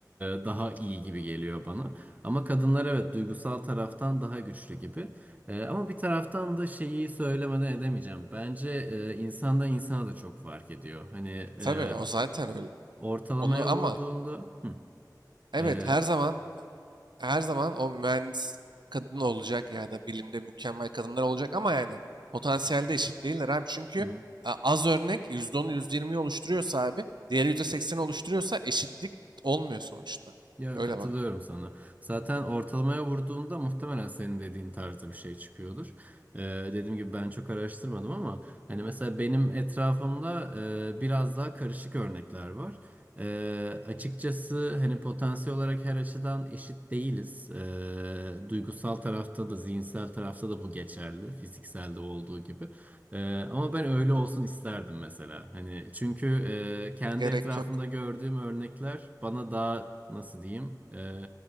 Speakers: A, on the right; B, on the right.
A: e, daha iyi gibi geliyor bana ama kadınlar evet duygusal taraftan daha güçlü gibi E, ama bir taraftan da şeyi söylemeden edemeyeceğim bence e, insandan insana da çok fark ediyor hani
B: Tabii
A: e,
B: o zaten öyle.
A: ortalamaya
B: Onu
A: vurduğunda
B: ama
A: hı,
B: evet
A: e,
B: her zaman her zaman o mühendis kadın olacak ya da bilimde mükemmel kadınlar olacak ama yani potansiyelde eşit değiller abi. Çünkü
A: hı.
B: e, az örnek yüzde onu yüzde %20'yi oluşturuyorsa abi diğeri %80'i oluşturuyorsa eşitlik olmuyor sonuçta.
A: Ya
B: Öyle
A: katılıyorum
B: bak
A: sana. Zaten ortalamaya vurduğunda muhtemelen senin dediğin tarzda bir şey çıkıyordur. Ee, dediğim gibi ben çok araştırmadım ama hani mesela benim etrafımda e, biraz daha karışık örnekler var. Ee, açıkçası hani potansiyel olarak her açıdan eşit değiliz. Ee, duygusal tarafta da zihinsel tarafta da bu geçerli. Fizikselde olduğu gibi. Ee, ama ben öyle olsun isterdim mesela. Hani çünkü e, kendi
B: gerek
A: etrafımda
B: yok.
A: gördüğüm örnekler bana daha nasıl diyeyim e,